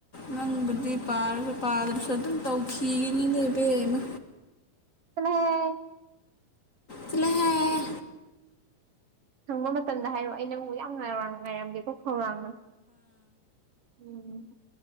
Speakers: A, on the left; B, on the right.
A: ꯅꯪꯕꯨꯗꯤ ꯄꯥꯔꯁꯨ ꯄꯥꯗ꯭ꯔꯁꯨ ꯑꯗꯨꯝ ꯇꯧꯈꯤꯒꯅꯤꯅꯦ ꯏꯕꯦꯝꯃ
B: ꯆꯂꯍꯦ
A: ꯆꯂꯍꯦ
B: ꯁꯪꯕ ꯃꯇꯝꯗ ꯍꯥꯏꯔꯣꯑꯣ ꯑꯩ ꯅꯪꯕꯨ ꯌꯥꯝ ꯉꯥꯢꯔꯝ ꯉꯥꯏꯔꯝꯒꯦꯀꯣ ꯈꯧꯔꯥꯡꯅ ꯎꯝ